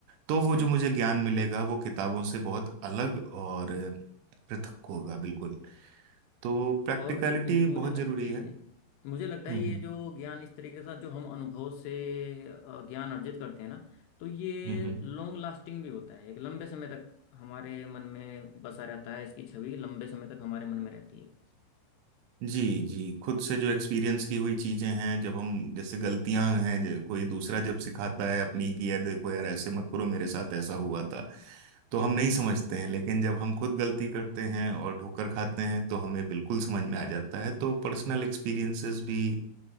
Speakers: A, on the right; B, on the left.
A: तो वो
B: सही
A: जो मुझे
B: बात
A: ज्ञान
B: है
A: मिलेगा वो किताबों से बहुत अलग और पृथक होगा बिल्कुल तो प्रैक्टिकलिटी
B: और मु- मु- मुझे
A: बहुत
B: लग,
A: जरूरी
B: जी
A: है
B: जी मुझे लगता
A: हम्म
B: है ये जो ज्ञान इस तरीके से जो हम अनुभव से अ, ज्ञान अर्जित करते हैं ना तो ये
A: हम्म हम्म
B: लॉन्ग लास्टिंग भी होता है एक लंबे समय तक हमारे मन में बसा रहता है इसकी छवि लंबे समय तक हमारे मन में रहती है
A: जी जी खुद से जो एक्सपीरियंस की हुई चीजें हैं जब हम जैसे गलतियां हैं जे- कोई दूसरा जब सिखाता है अपनी कि यार देखो यार ऐसे मत करो मेरे साथ ऐसा हुआ था तो
B: बिल्कुल
A: हम नहीं समझते हैं लेकिन जब हम खुद गलती करते हैं और ठोकर खाते हैं तो हमें बिल्कुल समझ में आ जाता है तो पर्सनल एक्सपीरियंसेस भी
B: हम्म